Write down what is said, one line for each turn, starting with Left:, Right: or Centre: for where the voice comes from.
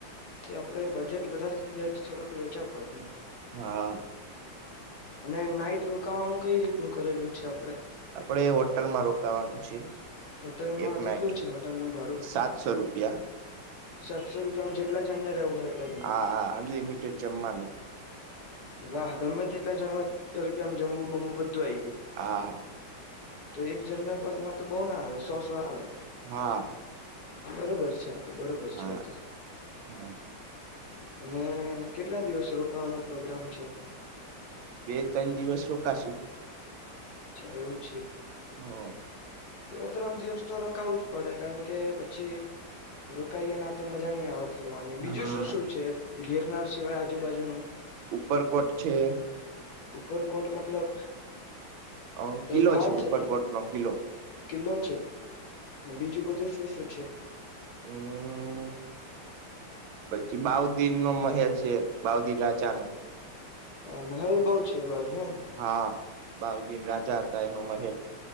Left: જે આપડે બજેટ વધારે થઇ જાય તો થોડાંક લોચા પડે એમ
Right: હાં...
Left: અને નાઈટ રોકાવાનું કઇરીતનું કરેલું છે આપણે
Right: આપણે હોટલમાં રોકાવાનું છે.
Left: હોટલમાં
Right: એક
Left: કેટલું
Right: નાઈટ
Left: છે હોટલનું ભાડું
Right: સાતસો રૂપિયા
Left: સાતસો રૂપિયામાં જેટલા જણને રહેવું હોય એટલા જણને
Right: આ.. આ અનલિમિટેડ જમવાનું
Left: વાહ! ગમે તેટલા જણા હોય <unintelligible> રૂપિયામાં જમવું બધુ શું રહી ગયું?
Right: હા
Left: તો એક જણાના ભાગમાં.... તો બહુના આવે સો-સો આવે..
Right: હા...
Left: બરોબર છે... અચ્છા તો બરોબર
Right: હા
Left: છે એતો..
Right: હા
Left: અને... કેટલા દિવસ રોકાવાનો પ્રોગ્રામ છે?
Right: બે ત્રણ દિવસ રોકાશું..
Left: અચ્છા.. એવું છે?
Right: હ
Left: બે-ત્રણ દિવસ તો.. રકાવું જ પડે! કારણકે પછી રોકાઈએ ના તો મજા નહી આવે ફરવાની બીજુ
Right: હા
Left: શું - શું છે? ગીરનાર સિવાય આજુ-બાજુનું
Right: ઉપરકોટ છે...?
Left: ઉપરકોટ મતલબ?
Right: હ..
Left: તે
Right: કિલ્લો
Left: પહાડ
Right: છે.. ઉપરકોટ
Left: બીજો
Right: નો કિલ્લો.
Left: કિલ્લો છે? બીજુ બધું શું-શું છે?
Right: હમ્મ... પછી બાઉદીનનો મહેલ છે બાઉદીન રાત <unintelligible>
Left: હા મહેલ બહુ છે બાજુ.. હે ને
Right: હા... બાઉદીન રાજા હતા એનો મહેલ.